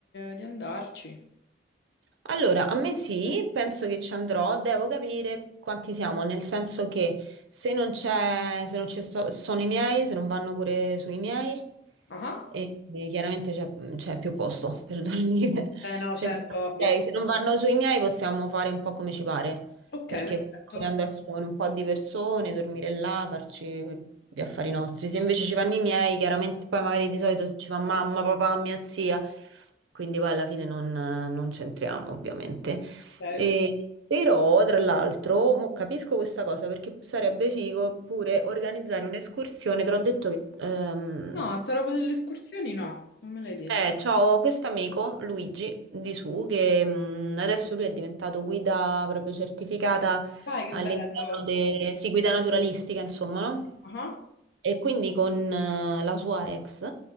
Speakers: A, on the left; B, on the right.
A: di andarci.
B: Allora, a me sì, penso che ci andrò, devo capire quanti siamo, nel senso che se non c'è, se non ci sto- sono i miei, se non vanno pure sui miei,
A: Ah, ah.
B: e, e chiaramente c'è c'è più posto per dormire. <laughs>
A: Eh no,
B: Se,
A: certo,
B: ok,
A: ovvio.
B: se non vanno sui miei possiamo fare un po' come ci pare
A: Ok,
B: perché
A: perfetto.
B: stiamo pure
A: Ok,
B: a assumere un po' di persone, dormire là, farci gli affari nostri. Se invece ci vanno i miei, chiaramente poi magari di solito ci va mamma, papà, mia zia, quindi poi alla fine non, non c'entriamo ovviamente.
A: ok.
B: E- però, tra l'altro, mo capisco questa cosa perché sarebbe figo pure organizzare un'escursione, te l'ho detto che... ehm,
A: No, sta roba delle escursioni no, non me l'hai detto.
B: eh, c'ho questo amico, Luigi, di su, che mh, adesso lui è diventato guida proprio certificata
A: Dai, che
B: all'interno
A: bello.
B: de... sì, guida naturalistica, insomma, no?
A: Ah,
B: E quindi con eh, la sua ex,